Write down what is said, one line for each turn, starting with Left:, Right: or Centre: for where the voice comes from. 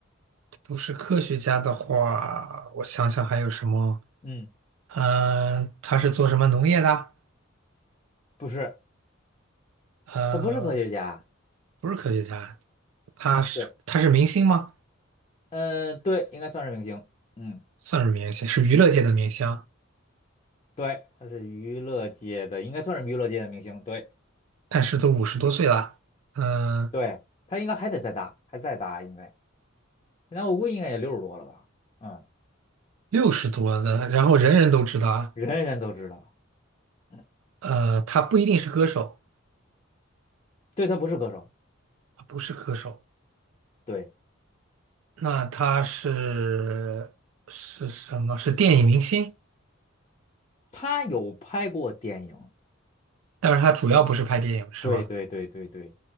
Right: 不是科学家的话，我想想还有什么？
Left: 嗯，
Right: 嗯、他是做什么农业的？
Left: 不是，
Right: 呃，
Left: 他不是科学家，
Right: 不是科学家，他是他是明星吗？
Left: 对，呃，对，应该算是明星，嗯，
Right: 算是明星，是娱乐界的明星，
Left: 对，他是娱乐界的，应该算是娱乐界的明星，对
Right: 但是都五十多岁了，嗯、
Left: 对，他应该还得再大，还再大应该，那我估计应该也六十多了吧，嗯，
Right: 六十多的，然后人人都知道啊。
Left: 人人都知道，嗯，
Right: 呃，他不一定是歌手，
Left: 对，他不是歌手，
Right: 他不是歌手，
Left: 对，
Right: 那他是是什么？是电影明星，
Left: 他有拍过电影，
Right: 但是他主要不是拍电影，是吗？
Left: 对对对对对。